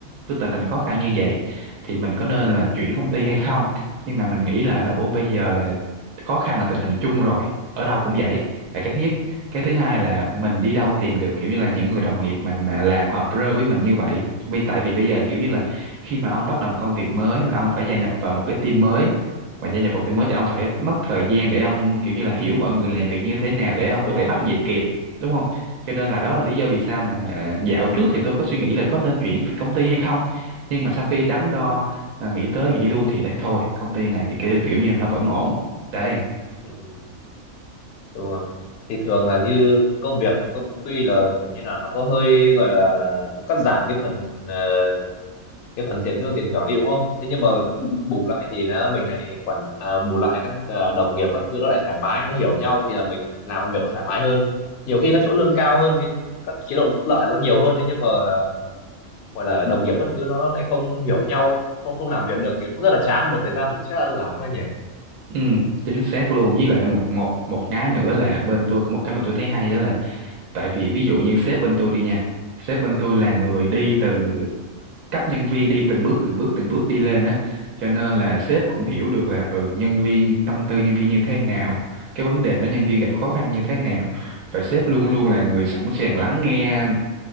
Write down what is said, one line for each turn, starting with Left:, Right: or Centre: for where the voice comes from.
Right: cái tình hình khó khăn như vậy thì mình có nên là chuyển công ty hay không nhưng mà mình nghĩ lại
Left: ừ
Right: là ủa bây giờ là khó khăn là tình hình chung rồi ở đâu cũng vậy là cái thứ nhất cái thứ hai là mình đi đâu tìm được kiểu như là những người đồng nghiệp mà mà làm hợp rơ với mình như vậy vì tại vì bây giờ kiểu như
Left: ừ.
Right: là khi mà ông bắt đầu một công việc mới là ông phải gia nhập vào một cái team mới và gia nhập vào team mới thì ông phải mất thời gian để ông kiểu như là hiểu mọi người làm việc như thế nào để ông
Left: đúng
Right: có thể
Left: rồi
Right: bắt nhịp kịp đúng không cho nên là đó
Left: ừ
Right: là lý do vì sao mà ờ, dạo trước thì tôi có suy nghĩ là có nên chuyển việc công ty hay không nhưng mà sau khi đắn đo ờ, nghĩ tới nghĩ lui thì thấy thôi công ty này kiểu, kiểu như là nó vẫn ổn đấy
Left: ừ đúng rồi thì thường là như công việc tu- tuy là kiểu như là nó có hơi gọi là nó cắt giảm cái phần ờ, cái phần tiền lương tiền thưởng đi đúng không thế nhưng mà bù lại thì nó mình lại quản à, bù lại các ờ, đồng nghiệp các thứ nó lại thoải mái nó hiểu nhau thì là mình lại làm công việc nó thoải mái hơn nhiều khi các chỗ lương cao hơn thì các chế độ phúc lợi nó nhiều hơn thế nhưng mà ờ, gọi là đồng nghiệp các thứ nó lại không hiểu nhau không không làm việc được thì cũng rất là chán một thời gian cũng sẽ lán thôi nhỉ
Right: Ừ, chính xác luôn với lại một một một cái nữa là bên tôi có một cái mà tôi thấy hay đó là tại vì ví dụ như sếp bên tôi đi nha sếp bên tôi là người đi từ cấp nhân viên đi từng bước từng bước từng bước đi lên á cho
Left: ừ.
Right: nên là sếp cũng hiểu được là ừ nhân viên tâm tư nhân viên như thế nào cái vấn đề đó nhân viên gặp khó khăn như thế nào và sếp luôn
Left: Ừ.
Right: luôn là người sẵn sàng lắng nghe